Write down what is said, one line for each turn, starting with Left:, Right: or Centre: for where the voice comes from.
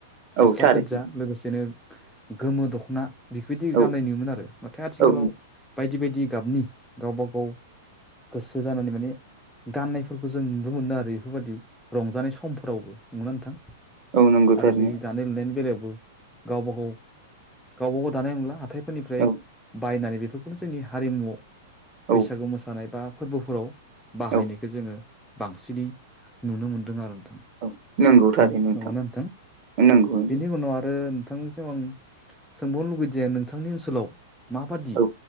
Centre: गस्ला
Right: औ थारैनो
Centre: गोदजा लोगोसेनो गोमो दख्ना बेफोरबायदि
Right: औ
Centre: गान्नाय नुयोमोन आरो नाथाय आथिखालाव
Right: औ
Centre: बायदि बायदि गाबनि गावबा गाव गोसो जानानै माने गाननायफोरखौ जों नु गुबुनदारि इफोरबायदि रंजानाय समफोरावबो नङा नोंथां
Right: औ नंगौ
Centre: आरो
Right: थारैनो
Centre: बि दा लेनदेन बेलायाव बेलायावबो गावबा गाव गावबा गाव दानाय नंला हाथाइ फोरनिफ्राय
Right: औ
Centre: बायनानै बेफोरखौनो जोंनि हारिमुआव
Right: औ
Centre: बैसागो मोसानाय बा फोर्बोफोराव बाहायनायखो
Right: औ
Centre: जोङो बांसिनै नुनो मोनदों आरो नोंथां
Right: औ नंगौ थारैनो
Centre: न'
Right: नोंथां
Centre: नंगोना नोथां
Right: नंगौ नंगौ
Centre: बेनि उनाव आरो थांनिसिम आं सोंबावनो लुगैदे नोंथांनि ओनसोलाव माबादि
Right: औ